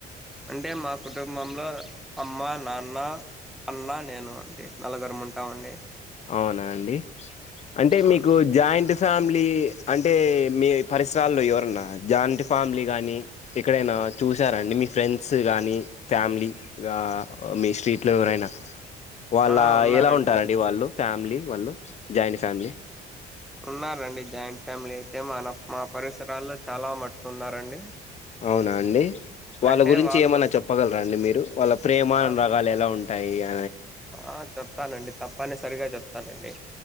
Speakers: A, in the centre; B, on the left.
A: అంటే మా కుటుంబంలో అమ్మ నాన్న అన్న నేను అంటే నలుగురు ఉంటామండి
B: అవునా అండి. అంటే
A: అవును
B: మీకు జాయింట్ ఫ్యామిలీ అంటే మీ పరిసరాల్లో ఎవరన్నా జాయింట్ ఫ్యామిలీ గాని ఎక్కడైనా చూసార అండి మీ ఫ్రెండ్స్ గాని ఫ్యామిలీ ఆ మీ స్ట్రీట్ లో ఎవరైనా వాళ్ళ
A: ఆ ఉన్నారండి
B: ఎలా ఉంటారండి వాళ్ళు ఫ్యామిలీ వాళ్ళు జాయింట్ ఫ్యామిలీ
A: ఉన్నారండి జాయింట్ ఫ్యామిలీ అయితే మన మా పరిసరాల్లో చాలా మట్టుకున్నారండి.
B: అవునా అండి వాళ్ళ
A: అంటే
B: గురించి
A: వాళ్ళు
B: ఏమన్నా చెప్పగలరాండి మీరు వాళ్ళ ప్రేమ
A: ఆ
B: అనురాగాలు ఎలా ఉం అయ్య
A: ఆ చెప్తానండి తప్పనీ సరిగా చెప్ ప్తానండి